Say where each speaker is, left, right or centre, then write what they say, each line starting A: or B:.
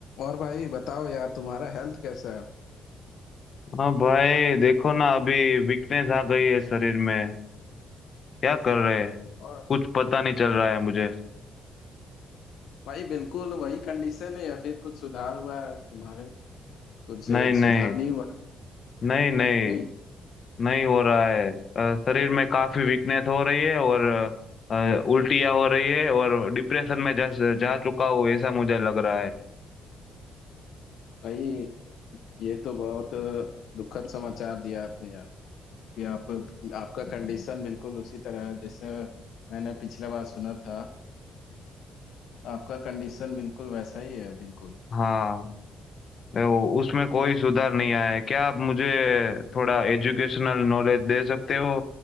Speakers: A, on the left; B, on the left.
A: और भाई बताओ यार तुम्हारा हेल्थ कैसा है
B: हाँ भाई देखो ना अभी वीकनेस आ गई है शरीर में क्या कर रहे हैं
A: और
B: कुछ पता नहीं चल रहा है मुझे
A: भाई बिल्कुल वही कंडीशन है या फिर कुछ सुधार हुआ है तुम्हारे कुछ
B: नहीं नहीं
A: सुधार नहीं हुआ
B: नहीं नहीं
A: नहीं
B: नहीं हो रहा है अ, शरीर में काफी वीकनेस हो रही है और अ, उल्टियाँ हो रही है और डिप्रेशन में जा जा चुका हूँ ऐसा मुझे लग रहा है
A: भाई ये तो बहुत दुखद समाचार दिया आपने यार कि आप आपका कंडीशन बिल्कुल उसी तरह है जैसे मैंने पिछले बार सुना था आपका कंडीशन बिल्कुल वैसा ही है बिल्कुल
B: हाँ वो- उसमें कोई सुधार नहीं आया है क्या आप मुझे थोड़ा एजुकेशनल नॉलेज दे सकते हो